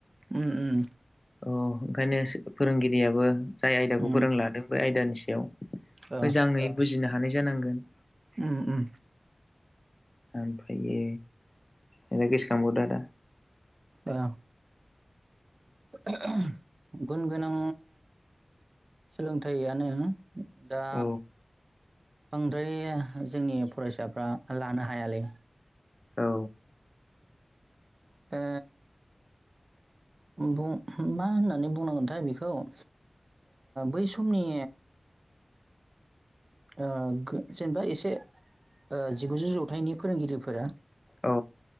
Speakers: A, on the right; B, on the left.
A: उम उम
B: अ ओंखायनो सो फोरोंगिरियाबो जाय आयदाखौ
A: उम
B: फोरोंलादों बे आयदानि सायाव
A: ओ
B: मोजाङै बुजिनो हानाय जानांगोन।
A: उम उम।
B: ओमफ्रायो एने गोसोखांबावदो आदा।
A: औ ओहो गुन गोनां सोलोंथाइयानो दा
B: औ
A: बांद्राय जोंनि फरायसाफ्रा लानो हायालै
B: औ
A: दा बुं मा होननानै बुंनांगोनथाय बेखौ ओह बै समनि ओ गो जेनेबा एसे ओ जिगुजौ जौथाइनि फोरोंगिरिफोरा।
B: औ